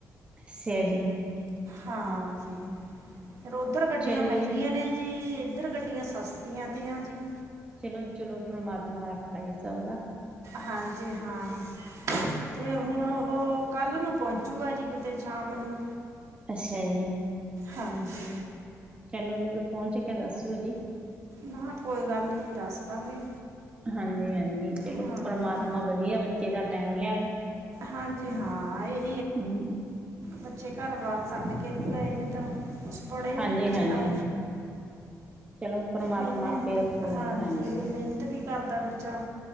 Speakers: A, on the right; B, on the right.
A: ਅੱਛਾ ਜੀ।
B: ਹਾਂ ਜੀ। ਫਿਰ ਉਧਰ ਗੱਡੀਆਂ
A: ਚਲੋ
B: ਮਹਿੰਗੀਆਂ
A: ਜੀ
B: ਨੇ ਜੀ। ਇੱਧਰ ਗੱਡੀਆਂ ਸਸਤੀਆਂ ਤੇ ਆ ਜੀ।
A: ਚਲੋ-ਚਲੋ, ਪ੍ਰਮਾਤਮਾ ਰੱਖਾ ਜੀ ਸਭ ਦਾ
B: ਹਾਂ ਜੀ ਹਾਂ ਤੇ ਹੁਣ ਉਹ ਕੱਲ ਨੂੰ ਪਹੁੰਚੂਗਾ ਜੀ ਕਿਤੇ ਸ਼ਾਮ ਨੂੰ
A: ਅੱਛਾ ਜੀ।
B: ਹਾਂਜੀ
A: ਚਲੋ ਜਦੋਂ ਪਹੁੰਚ ਕੇ ਦੱਸਿਓ ਜੀ।
B: ਨਾ ਕੋਈ ਗੱਲ ਨੀ ਦੱਸ ਦਾਂਗੇ।
A: ਹਾਂਜੀ-ਹਾਂਜੀ, ਚਲੋ
B: ਹਾਂਜੀ
A: ਪਰਮਾਤਮਾ ਵਧੀਆ ਬੱਚੇ ਦਾ ਟੈਮ ਲਿਆਵੇ।
B: ਹਾਂਜੀ ਹਾਂ ਇਹ
A: ਹੂੰ
B: ਬੱਚੇ ਘਰ ਬਾਹਰ ਸੱਟ ਕੇ ਵੀ ਗਏ ਨੇ ਤਾਂ ਕੁਛ ਬਣੇ ਵੀ
A: ਹਾਂਜੀ
B: ਬੱਚੇ
A: ਹਾਂਜੀ,
B: ਦਾ
A: ਚਲੋ। ਪਰਮਾਤਮਾ
B: ਵੀ ਮਿਹਨਤ
A: ਆਪੇ ਰੱਖੂ ਗਾ ਜੀ ਹਾਂਜੀ।
B: ਵੀ ਮਿਹਨਤ ਵੀ ਕਰਦਾ ਬੱਚਾ